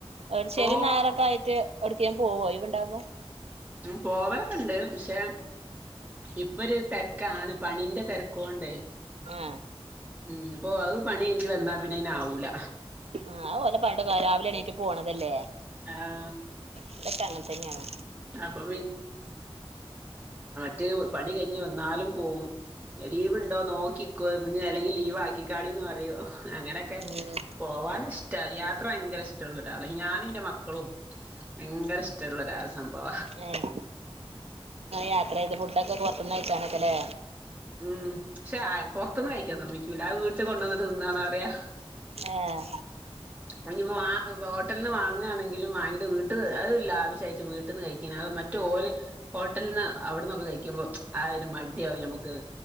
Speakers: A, on the right; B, on the right.
A: ഒരു ശനിം
B: ഓ
A: ഞായർ ഒക്കെ ആയിട്ട് എവിട്ക്കേം പോവോ ഒയിവ് ഇണ്ടാവുമ്പോ?
B: ഉം പോവലൊക്കെണ്ട് പക്ഷെ ഇപ്പൊ ഒരു തെരക്കാണ് പണിൻ്റെ തെരക്കോണ്ടേ.
A: ആഹ്.
B: ഉം അപ്പൊ അത് പണി കഴിഞ്ഞ് വന്നാ പിന്നെ അയ്ന് ആവൂല.
A: ആഹ് ഓലെ പറഞ്ഞിട്ട് കാര്യമില്ല രാവിലെ എണീറ്റ് പോണതല്ലേ
B: ആഹ്
A: ഇവിടൊക്ക അങ്ങനെ തന്നെയാണ്
B: അപ്പൊ മറ്റ പണി കഴിഞ്ഞു വന്നാലും പോകും ലീവ് ഉണ്ടോ നോക്കിക്കോ അല്ലെങ്കിൽ ലീവ് ആക്കിക്കാളിന്ന് പറയും അങ്ങനെയൊക്കെ
A: ഉം
B: പോവാൻ യാത്ര ഭയങ്കര ഇഷ്ടമുള്ള ഒരാള ഞാനും എന്റെ മക്കളും ഭയങ്കര ഇഷ്ടമുള്ളരാ വാ
A: ഏഹ് യാത്ര ചെയ്ത് ഫുഡ് ഒക്കെ പുറത്തിന്ന് കഴിച്ചാനൊക്കെയല്ലേ
B: ഉം പക്ഷെ പുറത്തൊന്ന് കഴിക്കാൻ സമ്മക്കൂല അത് വീട്ടിൽ കൊണ്ടുവന്നിട്ട് തിന്നാന്ന പറയാ
A: ഏഹ്
B: അപ്പോ വാ ഹോട്ടലിൽ നിന്ന് വാങ്ങാണെങ്കിലും വാങ്ങിട്ട് വീട്ടന്ന് അ ലാവിശ്വാട്ട് വീട്ടിന്ന് കഴിക്കണ മറ്റേ ഓലെ ഹോട്ടലിൽ നിന്ന് അവിടന്നൊക്കെ കഴിക്കുമ്പോ ആ ഒരു മടിയാവും നമുക്ക്